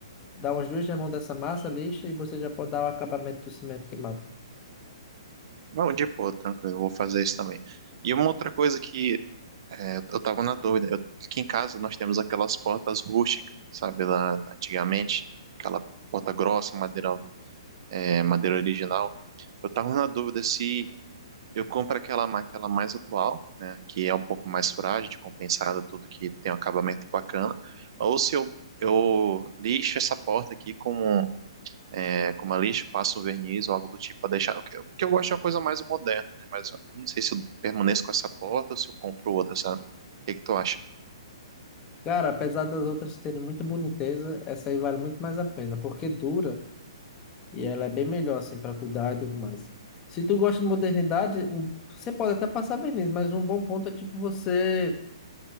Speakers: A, on the left; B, on the right.
A: dar umas duas demãos dessa massa lixa e você já pode dar o acabamento do cimento queimado.
B: Não, de boa, tranquilo, eu vou fazer isso também. E uma outra coisa que é, eu tava na dúvida, eu- aqui em casa nós temos aquelas portas rústicas, sabe, lá antigamente, aquela porta grossa, madeira, é, madeira original. Eu tava na dúvida se Eu compro aquela, ma- aquela mais atual, né, que é um pouco mais frágil, de compensada, tudo que tem um acabamento bacana. Ou se eu, eu lixo essa porta aqui com, é, com uma lixa, passo um verniz ou algo do tipo para deixar. O que o que eu gosto é uma coisa mais moderna, né, mas eu não sei se eu permaneço com essa porta ou se eu compro outra, sabe? O que que tu acha?
A: Cara, apesar das outras terem muita boniteza, essa aí vale muito mais a pena, porque dura e ela é bem melhor, assim, para cuidar e tudo mais. Se tu gosta de modernidade, um- você pode até passar verniz, mas um bom ponto é tipo você.